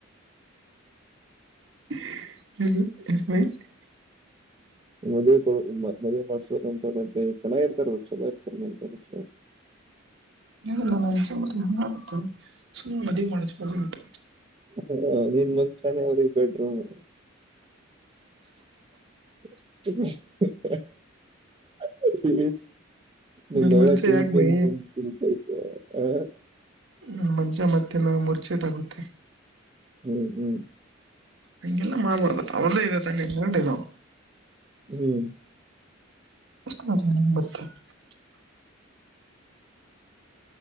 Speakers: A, on the right (about 65°); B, on the right (about 25°).
A: <unintelligible>
B: ಮದ್ವಿ ಕೋ ಮ ಮದ್ವೆ ಪಾರ್ಟ್ಸ್. ಚಲೋ ಅನ್ಸಾತೆತ್ ಭೈ ಚಲೋ ಇರ್ತಾರ ಚಲೋ ಇರ್ತ. <inaudible>
A: ಇಲ್ಲೋ ನಂಗ ಅನಿಸಿದ ಮಟ್ಟಿಗ ಸುಮ್ಮ್ ಮದ್ವಿ ಮಾಡಿಸಬೋದ ಅಂತ.
B: ಹ ನೀನ್ ಮಂಚಾನೆ ಅವ್ರ ಬೆಡ್ರೂಮ್. <unintelligible> ಹ ನಿಂದ
A: ನನ್
B: ಒಳ್ಳೆ
A: ಮನ್ಸ
B: ತಿಂಗ
A: ಯಾಕೆ ಬೈ
B: ತಿಂಗ ತಿ ತಿ. ಹ್ಮ
A: ನಂದ ಮಂಚ ಮತ್ತೆನ ಮುರ್ಚೆಟ್ ಆಗುತ್ತೆ.
B: ಹ್ಮ್ ಹ್ಮ್.
A: ಹಂಗೆಲ್ಲ ಮಾಡಬಾರ್ದ ಅವ್ರ್ದೇ ಇದೆ ತನ್ನೆ ಎರಡೆ ಇದಾವ.
B: ಹ್ಮ್
A: <unintelligible>